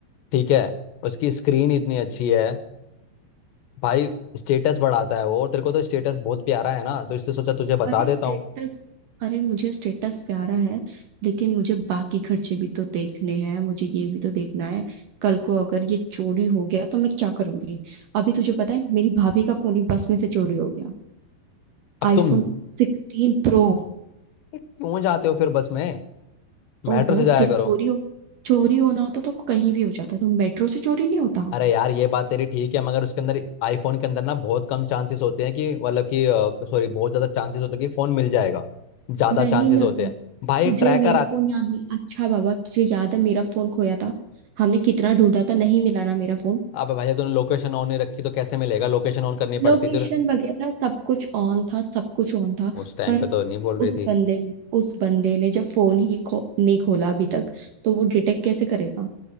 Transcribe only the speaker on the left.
ठीक है उसकी स्क्रीन इतनी अच्छी है भाई स्टेटस बढ़ाता है वो और तेरे को तो स्टेटस बहुत प्यारा है ना तो इसलिए सोचा तुझे बता
देता
हूँ
अब
तुम
क्यों जाते हो फिर बस में मेट्रो
से जाया
करो
अरे यार ये बात तेरी ठीक है मगर उसके अंदर आईफोन के अंदर ना बहुत कम चांसेस होते हैं कि मतलब कि सॉरी बहुत ज्यादा चांसेस होते हैं कि फोन मिल जाएगा ज्यादा
चांसेस
होते
हैं भाई
ट्रैकर
आते
अबे भाई जब तूने लोकेशन ऑन नहीं रखी तो कैसे मिलेगा लोकेशन ऑन करनी
पड़ती थी
उस टाइम
पे तो नहीं बोल रही
थी